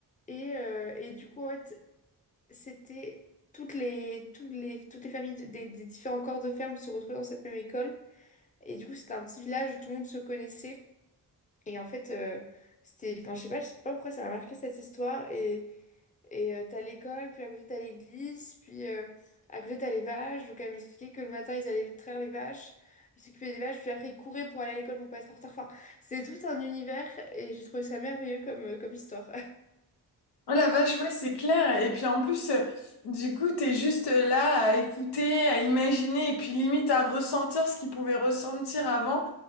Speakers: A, on the left; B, on the left.
A: et, euh, et du coup, en fait, c'était toutes les, toutes les, toutes les familles de- des, des différents corps de ferme se retrouvaient dans cette même école. Et du coup, c'était un petit village où tout le monde se connaissait. Et en fait, euh, c'était, enfin, je sais pas, je sais pas pourquoi ça m'a marqué cette histoire. Et, et euh, t'as l'école, puis à côté t'as l'église, puis euh, à côté t'as les vaches. Donc elle m'expliquait que le matin, ils allaient traire les vaches. Ils s'occupaient des vaches, puis après ils couraient pour aller à l'école pour pas être en retard. Enfin, c'est tout un univers et j'ai trouvé ça merveilleux comme, euh, comme histoire.
B: Oh la vache, ouais, c'est clair. Et puis en plus euh, du coup, t'es juste euh, là à écouter, à imaginer et puis limite
A: <laughs>
B: à ressentir ce qu'ils pouvaient ressentir avant